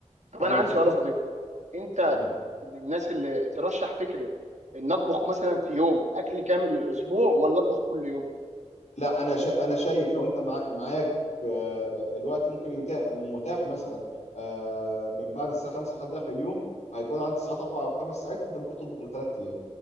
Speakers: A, on the right; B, on the left.
A: طب
B: فاهم
A: انا عندي
B: الفكره
A: سؤال يا صديقي انت
B: تمام
A: من الناس اللي ترشح فكره ان اطبخ مثلا في يوم اكل كامل للاسبوع ولا اطبخ كل يوم
B: لا انا شا... انا شايف لو انت مع... معاك آه، آه، الوقت ممكن يتاح متاح مثلا آه، من بعد الساعه 5 لحد اخر يوم فهيكون عدد الساعات اربع او خمس ساعات فانت ممكن تطبخ لثلاث ايام